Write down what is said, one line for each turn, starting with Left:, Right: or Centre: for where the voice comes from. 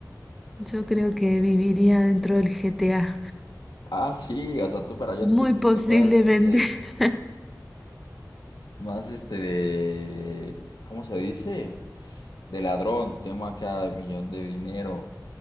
Centre: Yo creo que viviría dentro del GTA.
Left: Ah, sí, o sea, tú para allá
Centre: Muy
Left: te fuiste
Centre: posiblemente.
Left: más, este...
Centre: <laughs>
Left: Más este de, ¿cómo se dice? De ladrón, tema acá de millón de dinero.